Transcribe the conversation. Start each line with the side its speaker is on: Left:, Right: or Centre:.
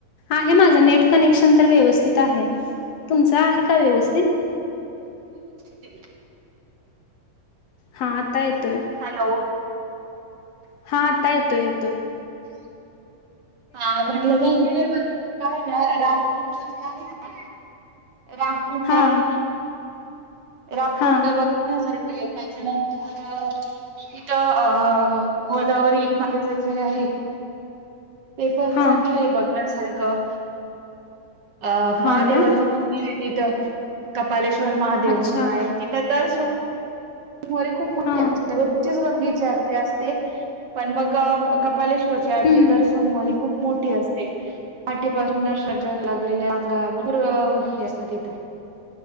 Left: आहे माझं, नेट कनेक्शन तर व्यवस् तुमचा आहे का व्यवस्थित?
Right: ते <inaudible>
Left: हा, आता येतोय.
Right: हॅलो
Left: हा. आता, येतोय- येतोय.
Right: हा म्हटलं, <inaudible> रामकुंड जे आहे ना, रामकुंड
Left: हा
Right: आहे ना, रामकुंड
Left: हा
Right: बघण्यासाठी त्याच्यानंतर तिथ अ गोदावरी माई जे आहे. <inaudible> ते पण
Left: हा
Right: चांगलंय बघण्यासारखं. अ
Left: हा
Right: महादेवाचं
Left: ना.
Right: मं <unintelligible> कपालेश्वर महादेव
Left: अच्छा
Right: म्हणून आहे तित तर <unintelligible> खूप मोटी
Left: हा
Right: रोजचीच गंगेची आरती असते, पण मग कपाले <unintelligible> आरती
Left: हम्म
Right: दर सोमवारी खूप मोटी असते पाहाटे पासून दर्शनाच्या लागलेल्या रांगा भरपूर हे असत तिथं.